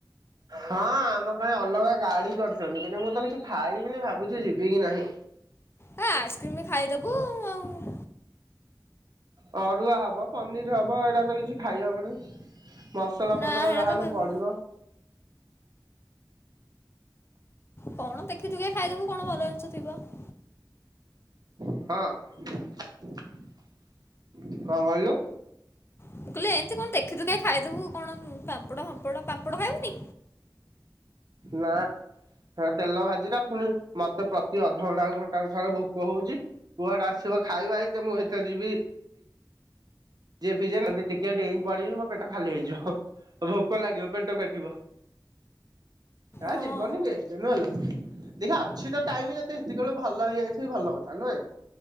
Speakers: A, on the right (about 55°); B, on the left (about 30°).
A: ହଁ ଆମ ପାଇଁ ଅଲଗା ଗାଡି କରିଛନ୍ତି କିନ୍ତୁ ମୁଁ ତ କିଛି ଖାଇବିନି ଭାବୁଛି ଯିବି କି ନାହିଁ।
B: ହେ ଆଇସ୍କ୍ରିମି ବ ଖାଇଦବୁ ଆଉ।
A: ଅରୁଆ ହବ ପନିର ହବ ଏରା ତ କିଛି ଖାଇ ହବନି। ମସଲା
B: ନା
A: ଫସଲା
B: ହେରା
A: ଯାହା ହେଲେ
B: ତ ଖାଇବୁ
A: ପଡିବ।
B: କଣ ଦେଖି ଟିକେ ଖାଇଦବୁ କଣ ଭଲ ଜିନିଷ ଥିବ ‌।
A: ହଁ କଣ କହିଲୁ।
B: ମୁଁ କହିଲି ଏମିତି କଣ ଦେଖି ଦୁଖା କି ଖାଇଦବୁ କଣ ପାମ୍ପଡ ଫାମ୍ପଡ ପାମ୍ପଡ ଖାଇବୁନି।
A: ନା। ସେରା ତେଲ ଭାଜିରା ପୁଣି ମତେ ପ୍ରତି ଅଧଘଣ୍ଟା ଘଣ୍ଟାକୁ ଥରେ ଭୋକ ହଉଛି ‌। କୁଆଡୁ ଆସିବ ଖାଇବା ଏତେ ମୁଁ ହେଥେରେ ଯିବି। ଯିବି ଯେ ଯଦି ଟିକେ ଡେଇଁ ପଡିବି ମୋ ପେଟ ଖାଲି ହେଇଯିବ ଭୋକ ଲାଗିବ। ପେଟ କାଟିବ ଆ
B: ହଁ।
A: ଯିବନି ବେଷ୍ଟ ନୁଏଲୋ। ଦେଖିବା ଅଛି ତ ଟାଇମ ଯେଦି ହେତିକି ବେଳୁକୁ ଭଲ ହେଇ ଯାଇଥିବି ଭଲ କଥା ନୁହେଁ।